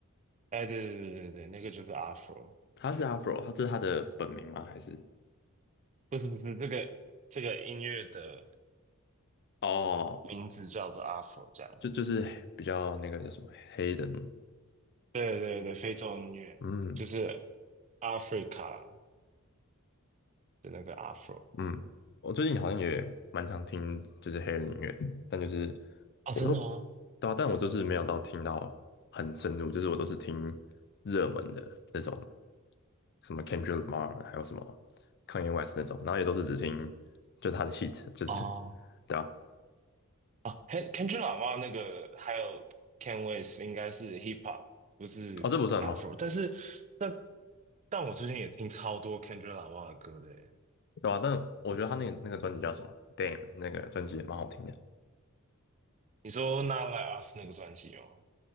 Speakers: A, on the right; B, on the left.
A: 哎对对对对对，那个就是 Afro，
B: 她是 Afro，她是她的本名吗？还是
A: 不是不是这个这个音乐的
B: 哦，
A: 名字叫做 Afro 这样，
B: 就就是比较那个叫什么黑人？
A: 对对对，非洲音乐就是
B: 嗯
A: Africa 的那个 Afro，
B: 嗯，我最近好像也蛮常听就是黑人音乐，但就是
A: 哦，
B: 我都
A: 真的吗？
B: 对啊但我就是没有到听到很深入，就是我都是听热门的那种什么 Kendrick Lamar，还有什么 Kanye West 那种，然后也都是只听就是他的 hit，<laughs> 就是
A: 哦
B: 对啊，
A: 啊，Ken Kendrick Lamar 那个还有 Ken West 应该是 Hip Hop，不是
B: 哦，这不算吗？
A: Afro。但是，但但我最近也听超多 Kendrick Lamar 的歌的耶。
B: 对啊，但我觉得他那个那个专辑叫什么？Damn，那个专辑也蛮好听的。
A: 你说《Not Like Us》那个专辑吗？